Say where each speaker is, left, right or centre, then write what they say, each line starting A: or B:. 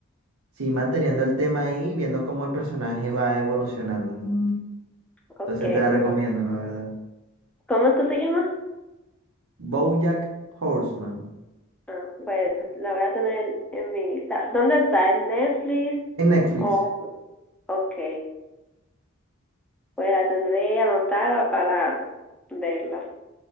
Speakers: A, on the right; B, in the centre.
A: sí manteniendo el tema ahí, viendo cómo el personaje va evolucionando. Mm.
B: ok,
A: Entonces te la
B: muy
A: recomiendo,
B: bueno.
A: la verdad.
B: ¿Cómo es que se llama?
A: BoJack Horseman,
B: Ah, pues la voy a tener en mi lista. ¿Dónde está? ¿En Netflix?
A: en Netflix.
B: o ok, pues la tendré anotada para verla.